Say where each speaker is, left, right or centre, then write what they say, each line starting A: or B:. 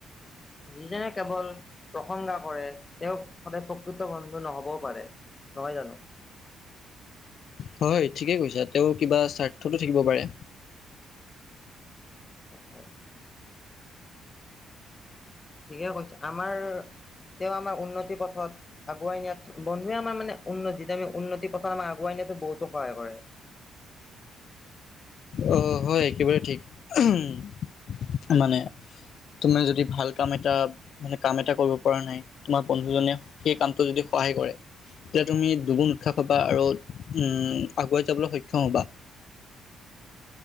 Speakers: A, on the left; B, on the left.
A: যিজনে কেৱল প্ৰসংসা কৰে তেওঁ সদায় প্ৰকৃত প্ৰকৃত বন্ধু নহবও পাৰে, নহয় জানো?
B: হয় ঠিকেই কৈছা তেওঁ কিবা স্বাৰ্থতো থাকিব পাৰে।
A: হয় হয় ঠিকে কৈছে আমাৰ তেওঁ আমাৰ উন্নতি পথত আগুৱাই নিয়াত বন্ধুৱে আমাৰ মানে উন্নতি আমি উন্নতিৰ পথত আমাৰ আগুৱাই নিয়াতো বহুতো সহায় কৰে।
B: অ' হয়! একেবাৰে ঠিক। মানে, তোমাৰ যদি ভাল কাম এটা মানে কাম এটা কৰিব পৰা নাই, তোমাৰ বন্ধুজনে সেই কামটো যদি সহায় কৰে। তেতিয়া তুমি দুগুণ উৎসাহ পাবা আৰু উম, আগুৱাই যাবলৈ সক্ষম হ'বা।